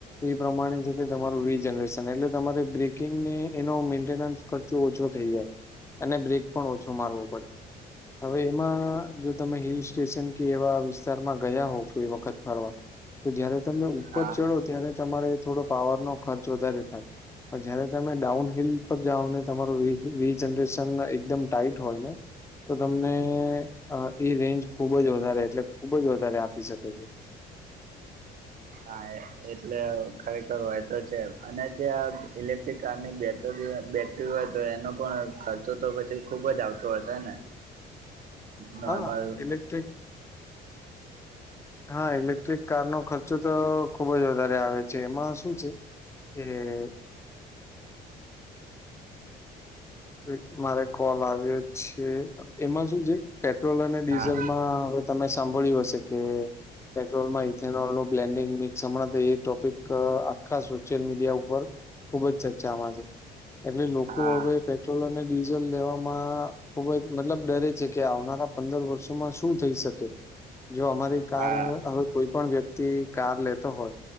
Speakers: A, on the left (about 15°); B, on the right (about 55°).
A: એ પ્રમાણે જે તે તમારું વી જનરેશન એટલે તમારે બ્રેકિંગને એનો મેન્ટેનન્સ ખર્ચો ઓછો થઈ જાય અને બ્રેક પણ ઓછો મારવો પડે હવે એમાં આ જો તમે હિલ સ્ટેશન કે એવા વિસ્તારમાં ગયા હો કોઈ વખત ફરવા તો જયારે તમે ઉપર
B: હા
A: ચડો ત્યારે તમારે થોડો પાવર નો ખર્ચ વધારે થાય. પણ જયારે તમે ડાઉન હિલ પર જાઓને તમારું વી વિહિ જનરેશન એકદમ ટાઈટ હોય ને તો તમને આ એ રેન્જ ખુબ જ વધારે એટલે ખુબ જ વધારે આપી શકે છે.
B: હા એટલે ખરેખર હોય તો છે અને જે આ ઇલેક્ટ્રિક કારની બેટરીઓ બેટ ટ્રીઓ તો એનો પણ ખર્ચો તો પછી ખુબ જ આવતો હશે ને.
A: <inaudible>
B: નોર્મલ
A: હા ઇલેક્ટ્રિક હા ઇલેક્ટ્રિક કાર નો ખર્ચો તો ખુબ જ વધારે આવે છે એમાં શું છે. કે વે મારે કોલ આવ્યો છે એમાં શું છે પેટ્રોલ અને ડીઝલ
B: હા
A: માં હવે તમે સાંભળ્યું હશે કે પેટ્રોલમાં ઇથેનોલ નું બ્લેન્ડિંગ મિકણા એ ટોપિક આખા સોશિયલ મીડિયા ઉપર. ખુબ જ ચર્ચામાં છે એટલે લોકો
B: હા
A: હવે પેટ્રોલ અને ડીઝલ લેવામાં ખુબ જ મતલબ ડરે છે કે આવનારા પંદર વર્ષોમાં શું થઈ શકે જો અમારે કાર
B: હા
A: હવે કોઈ પણ વ્યક્તિ કાર લેતો હોત